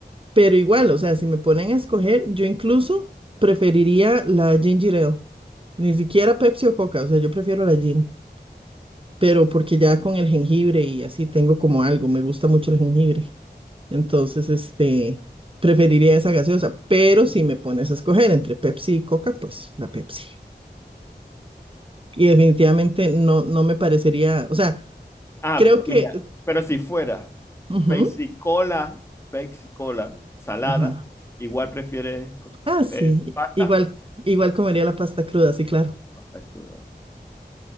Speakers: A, on the right (about 30°); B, on the left (about 15°).
A: Pero igual, o sea, si me ponen a escoger, yo incluso preferiría la ginger ale. Ni siquiera Pepsi o Coca, o sea, yo prefiero la gin. Pero porque ya con el jengibre y así tengo como algo, me gusta mucho el jengibre. Entonces, este, preferiría esa gaseosa. Pero si me pones a escoger entre Pepsi y Coca, pues la Pepsi. Y definitivamente no, no me parecería, o sea,
B: Ah,
A: creo que...
B: mira, pero si fuera
A: ujú,
B: Pepsi Cola, Pepsi Cola salada,
A: ajá.
B: igual prefieres co-
A: Ah, sí,
B: eh, pasta.
A: igual, igual comería la pasta cruda, sí, claro.
B: Pasta cruda.